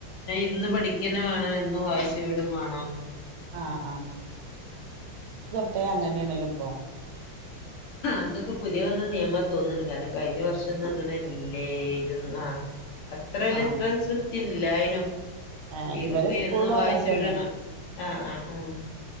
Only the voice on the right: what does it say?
ആഹ് മ അങ്ങനെയാണല്ലോ ഇപ്പം
ആഹ്
ആഹ്
ഇവലെ സ്കൂളിലും
അങ്ങനെ തന്നെ